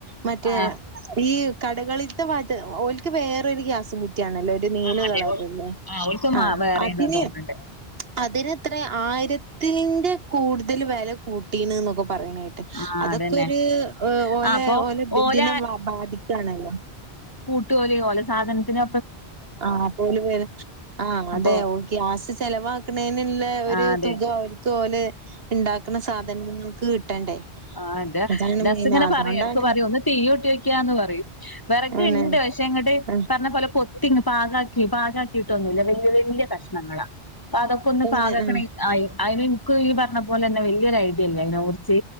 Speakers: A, on the right (about 65°); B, on the left (about 20°).
A: മറ്റേ
B: ആ
A: ഈ കടകളില്ത്തെ വാത് ഓല്ക്ക് വേറെരു ഗ്യാസും കുറ്റിയാണല്ലെ ഒര് ര് നീലകളറല്ലെ
B: ആ അതെ ഓ ആ ഓൽക്ക്
A: ആഹ്
B: വേറെന്ന്
A: അതിന്
B: തോന്നുന്നുണ്ട്
A: അതിനെത്രയാ ആയിരത്തിന്റെ കൂടുതല് വില കൂട്ടീണ് എന്നൊക്കെ പറയണണെ
B: ആ
A: അതെക്കെ
B: അതന്നെ
A: ഒരു ഓലെ
B: ആ അപ്പൊ
A: ഓലെ
B: ഓല
A: ദിനം ബാധിക്കാണല്ലോ
B: ട്ടോൽ ഓല സാധനത്തിന്
A: ആഹ് ആഹ് പോലെ ആഹ്
B: അപ്പൊ
A: അതെ ഓ ഗ്യാസ് ചെലവാക്കണെനുള്ള ഒരു
B: ആ അതെ
A: തുക ഒര് ഓൽ ഉണ്ടാക്കണ സാധനങ്ങൾക്ക് കിട്ടണ്ടേ
B: ആഹ് ന്റെ
A: അതാണ്
B: ഹസ്
A: മെയിന്.
B: ഇങ്ങനെ
A: അതോണ്ടാണ്
B: പറയും എടക്ക് പറയും ഒന്ന് തീയ് മൂട്ടി നോക്കിയ ന്ന് പറയും വിറകിണ്ട്
A: പിന്നെ
B: പക്ഷെ ഇങ്ങട്ട്
A: ഉം
B: പറഞ്ഞ പോലെ കൊ ങ്ങ് പാകാക്കി പാകാക്കിയിട്ടൊന്നുമില്ല വല്യയ വല്യയകഷ്ണങ്ങളാ അപ്പൊ അതൊക്കെ ഒന്ന്
A: ഇങ്ങ
B: പാകാക്കണെ
A: ആഹ്
B: ആയി അയിനെനക്ക് ഈ പറഞ്ഞ പോലെ തന്നെ വലിയൊരു ഐഡിയല്ലേ അതിനെ കുറിച്ച്